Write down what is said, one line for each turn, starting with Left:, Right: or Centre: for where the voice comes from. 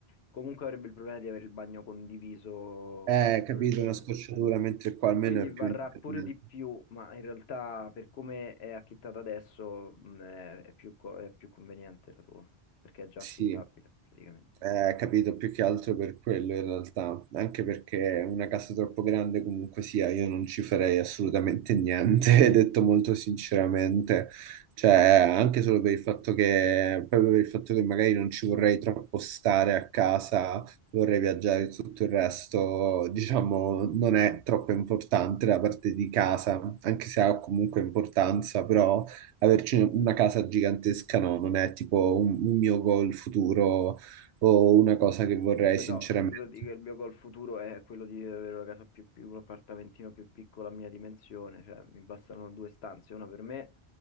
Left: comunque avrebbe il problema di avere il bagno condiviso
Right: è
Left: con altre
Right: capito
Left: persone.
Right: una scocciatura, mentre qua almeno
Left: Quindi
Right: è
Left: varrà
Right: più indipendente.
Left: pure di più, ma in realtà per come è affittata adesso mh, è, è più, co- è più conveniente la tua, perché è già
Right: Sì.
Left: affittabile praticamente.
Right: Eh, capito, più che altro per quello in realtà, anche perché una casa troppo grande comunque sia, io non ci farei assolutamente niente, <laughs> detto molto sinceramente, cioè anche solo per il fatto che, proprio per il fatto che magari non ci vorrei troppo stare a casa, vorrei viaggiare e tutto il resto, diciamo, non è troppo importante la parte di casa, anche se ha comunque importanza, però averci una casa gigantesca no, non è tipo un un mio goal futuro o una cosa che vorrei
Left: No,
Right: sinceramente.
Left: figurati che il mio goal futuro è quello di avere una casa più, più un appartamentino più piccolo a mia dimensione, cioè mi bastano due stanze, una per me,